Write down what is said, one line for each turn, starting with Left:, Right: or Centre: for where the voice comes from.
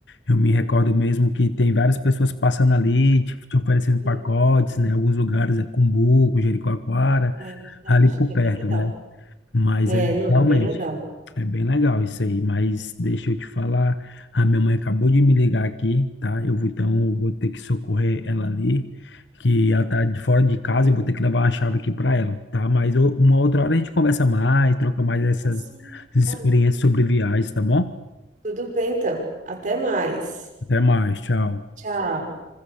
Left: eu me recordo mesmo que tem várias pessoas passando ali, te, te oferecendo
Right: uhum,
Left: pacotes, né? Alguns lugares é Cumbuco, Jericoacoara,
Right: é verdade,
Left: ali por
Right: é
Left: perto,
Right: bem legal.
Left: né? Mas
Right: É,
Left: é
Right: não,
Left: realmente
Right: é bem legal.
Left: é bem legal isso aí. Mas deixa eu te falar, a minha mãe acabou de me ligar aqui, tá? Eu vou então vou ter que socorrer ela ali, que ela
Right: Tá
Left: tá
Right: bom,
Left: de fora de casa, eu vou ter que levar uma chave aqui para ela, tá? Mas eu- uma outra hora a gente conversa mais, troca mais essas
Right: assim,
Left: experiências
Right: claro.
Left: sobre viagens, tá bom?
Right: Tudo bem, então. Até mais.
Left: Até mais, tchau.
Right: Tchau.